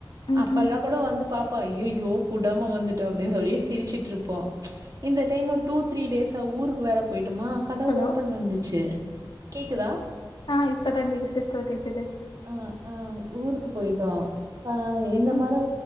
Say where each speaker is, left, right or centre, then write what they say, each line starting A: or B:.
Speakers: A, on the left (about 65°); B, on the right (about 45°).
A: ம்
B: அப்பல்லா
A: ம்
B: கூட வந்து பாப்போ ஐயோ புடாம வந்துட்டோ அப்டின் சொல்லி சிரிச்சிட்ருப்போம் இந்த டைம்மு டூ த்ரீ டேஸ் ஊருக்கு வேற போய்ட்டோமா கதவு
A: ஹலோ
B: ஓப்பன்ல இருந்துச்சு கேக்குதா
A: ஆ இப்பத்தா இந்துது சிஸ்டர் கேக்குது
B: அ அ ஊருக்கு போயிட்டோ ஆ இந்த
A: ம்
B: மாரி